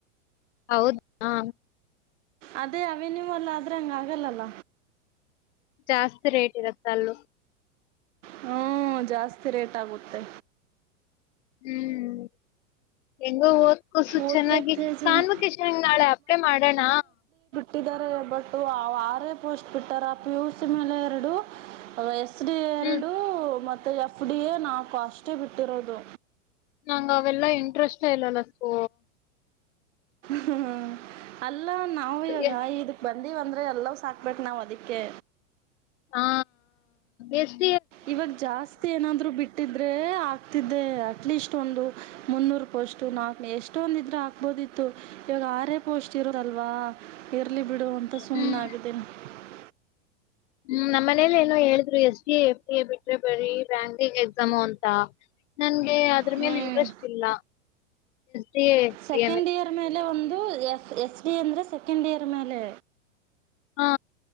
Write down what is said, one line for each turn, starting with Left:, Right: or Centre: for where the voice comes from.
Left: ಹೌದ ಹ
Right: ಅದೇ ಅವೆ ನೀವಲ್ಲ ಆದ್ರೆ ಹಂಗ ಆಗಲ್ಲಲ್ಲ
Left: ಜಾಸ್ತಿ ರೇಟ್ ಇರತ್ತ ಅಲ್ಲು
Right: ಹ್ಮ ಜಾಸ್ತಿ ರೇಟ್ ಆಗುತ್ತೆ
Left: ಹ್ಮ್ ಹೆಂಗ ಓದ್ಕೂಸು
Right: ಓದ್ಬೇಕಕ್
Left: ಚೆನ್ನಾಗಿ
Right: ತಿಳ್ಸಿನಿ
Left: ಕನ್ಬು ಕಿಶಂಗ್ ನಾಳೆ ಅಪ್ೇ ಮಾಡೋಣ
Right: ಇಟ್ಟಿದ್ದಾರೆ ಬಟ್ ಅವ ಆಾರೇ ಪೋಸ್ಟ್ ಬಿಟ್ಟಾರ ಆ ಪ ಯುಸ್ ಮೇಲೆ ಎರಡು ಎಸ್ ಡಿ ಎರಡು
Left: ಹ್ಮ್
Right: ಮತ್ತು ಎಫ್ ಡಿ ಎ ನಾಲ್ಕು ಅಷ್ಟೇ ಬಿಟ್ಟಿರೋದು
Left: ನಂಗ ಅವೆಲ್ಲಾ ಇಂಟ್ರೆಸ್ಟ್ ಇಲ್ಲಲ್ಲ ಸೊ
Right: ಹ್ಮ್ ಅಲ್ಲ ನಾವವು ಇಾಗ
Left: ಎಸ್
Right: ಇದಕ್ ಬ ಬಂದಿವ ಅಂದ್ರೆ ಎಲ್ಲ ಸಾಕ್ಬೇಟ್ಟು ನಾವು ಅದಕ್ಕೆ
Left: ಹಾ ಎ
Right: ಇವಾಗ... ಜಾಸ್ತಿ ಏನಾದ್ರು ಬಿಟ್ಟ ಇಟ್ಟಿದ್ರೆ.. ಆಕ್ತಿದ್ದೆ. ಅಟ್ಲೀಸ್ಟ್ ಒಂದು ಮುನ್ನೂರು ಪೋಸ್ಟ್ ನಾಲ್ಕನೋರ್ ಎಷ್ಟೊಂದ ಇದ್ರೆ ಹಾಕ್ಬಹದು ಹದಿತ್ತು ಇವಾಗ ಆರೇ ಪೋಸ್ಟ್ ಇರೋದಲ್ವಾ ಇರ್ಲಿ ಬಿಡು ಅಂತ ಸುಮ್ನೆ
Left: ಹ್ಮ್
Right: ಆಗಿದ್ದೇನೆ <unintelligible>
Left: ಹ್ಮ್ ನಮ್ಮ ಮನೇಲಿ ಏನೋ ಹೇಳಿದ್ರು ಎಸ್ ಟ ಎಫ್ ಡಿ ಎ ಬಿಟ್ರೆ ಬರ ರ್ಯಾಂಕಿಂಗ್ ಎಕ್ಸಾಮು ಅಂತ ನಂಗೆ ಅದ್ರ
Right: ಹ್ಞೂ
Left: ಮೇಲೆ ಇಂಟ್ರೆಸ್ಟ್ ಇಲ್ಲ D F
Right: second
Left: D
Right: year ಮೇಲೆ ಒಂದು ಎಸ್ ಎಸ್ ಡಿ ಅಂದರೆ ಸೆಕೆಂಡ್ ಇಯರ್ ಮೇಲೆ
Left: ಹಾ